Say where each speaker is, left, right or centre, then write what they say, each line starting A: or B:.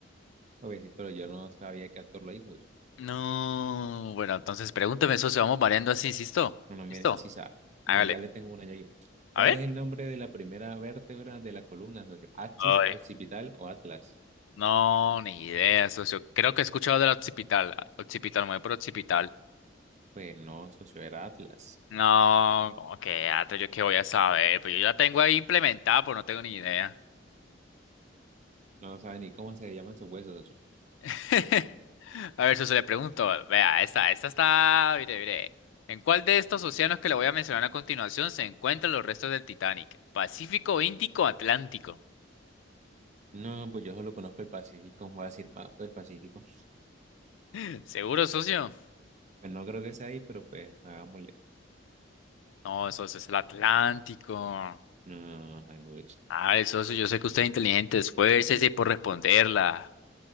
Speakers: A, on the right (about 40°); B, on the left (about 80°).
A: Obvio, sí, pero yo no sabía qué actor lo hizo. socio.
B: No, bueno, entonces pregúnteme, socio, vamos variando así, ¿listo?
A: Bueno, mire,
B: ¿Listo?
A: sí sabe,
B: Hágale.
A: ya ya le tengo una yo aquí. ¿Cuál
B: A ver.
A: es el nombre de la primera vértebra de la columna, socio? ¿Axis
B: Ay,
A: occipital o Atlas?
B: no, ni idea, socio. Creo que he escuchado del occipital. Ah, Occipital, me voy por occipital.
A: Pues no, socio, era Atlas.
B: No, como que gato, yo qué voy a saber. Pues yo ya la tengo ahí implementada, pues no tengo ni idea.
A: No sabe ni cómo se llaman sus huesos, socio.
B: <laughs> A ver, socio, le pregunto. Vea, esta, esta está. Mire, mire. ¿En cuál de estos océanos que le voy a mencionar a continuación se encuentran los restos del Titanic? ¿Pacífico, Índico, Atlántico?
A: No, pues yo solo conozco el Pacífico, voy a decir pa- pues Pacífico.
B: <laughs> ¿Seguro, socio?
A: Pues no creo que sea ahí, pero pues hagámosle.
B: No, eso, eso es el Atlántico.
A: No, ay, pucha.
B: Ah, eso, eso, yo sé que usted es inteligente, esfuércese por responderla.